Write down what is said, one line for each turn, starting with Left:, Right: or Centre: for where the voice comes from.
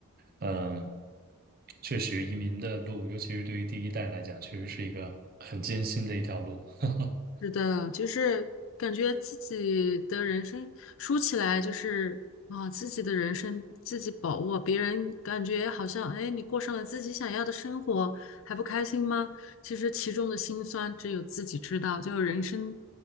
Right: 嗯，确实移民的路，尤其是对于第一代来讲，确实是一个很艰辛的一条路。<laughs>
Left: 是的，就是感觉自己的人生说起来就是啊，自己的人生自己把握，别人感觉好像哎，你过上了自己想要的生活，还不开心吗？其实其中的辛酸只有自己知道，就人生